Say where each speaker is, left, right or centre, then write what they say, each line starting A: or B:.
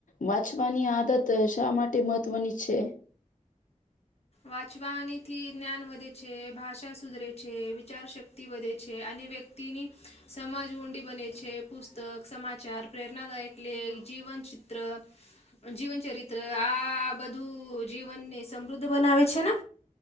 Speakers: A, on the left (about 80°); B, on the left (about 50°).
A: વાંચવાની આદત શા માટે મહત્વની છે
B: વાચવાનીથી જ્ઞાન વધે છે ભાષા સુધરે છે વિચાર શક્તિ તિ વધે છે અને વ્યક્તિની સમાજ ઊંડી બને છે પુસ્તક સમાચાર પ્રેરણાદાયક ક્લે જીવન ચિત્ર જીવનચરિત્ર આ બધું જીવનને સમૃદ્ધ બનાવે છે ને